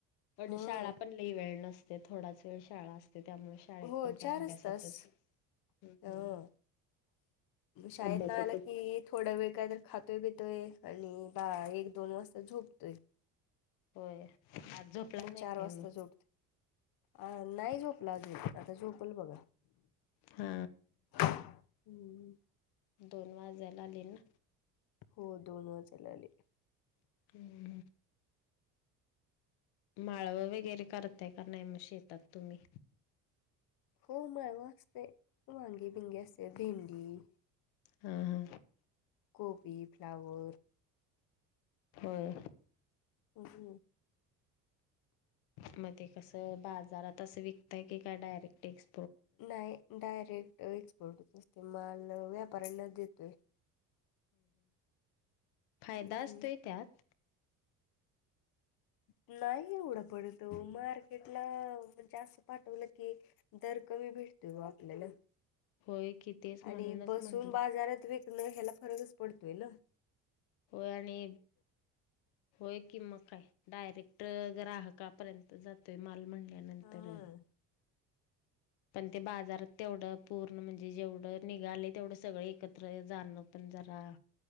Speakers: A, on the left (about 80°); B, on the left (about 65°).
A: पण
B: ह
A: शाळा पण लईवेेळ नसते थोडाच वेळ शाळा असते त्यामुळे शाळेत
B: हो
A: पण काय
B: चारच
A: अभ्यासातच
B: तास
A: हम्म.
B: ह शाळेत
A: अभ्यासातच
B: ना आला कि थोडा वेळ काय तर खातोय बितोय आणि बा एक दोन वाजता झोपतोय.
A: होय, आज झोपला
B: मग
A: नाही
B: चार
A: आहे काय
B: वाजता
A: मग
B: झोपतोय अ नाही झोपला आजे आता झोपल बघा.
A: हा.
B: हम्म.
A: दोन वाजायला आले ना.
B: हो दोन वाजायला आले.
A: हम्. माळव वगैरे करताय का नाही मग शेतात तुम्ही?
B: हो माळवं असतते वांगी बिंगी अस भिंडी
A: हा हा.
B: कोबी, फ्लावर
A: होय.
B: हो.
A: मध्ये कसं बाजारात असं विकतय की काय डायरेक्ट एेक्स
B: नाही डायरेक्ट एक्सपोर्टच असते माल व्यापाऱ्यांना देतोय.
A: फायदा
B: हम्म
A: असतोय त्यात.
B: नाही एवढं पडतो मार्केटला जास्त पाठवलं की दर कमी भेटतो आपल्याला
A: होय की तेच म्हणूनच
B: आणि बसून
A: म्हटलं
B: बाजारात विक हेला फरगस पडतवयल <inaudible>
A: होय आणि होय कि मग काय डायरेक्ट ग्राहकापर्यंत जातोय माल म्हणल्यानंतर
B: हा
A: पण ते बाजारात तेवढं पूर्ण म्हणजे जेवढं निघाले तेवढं सगळं एकत्र जाणं पण जरा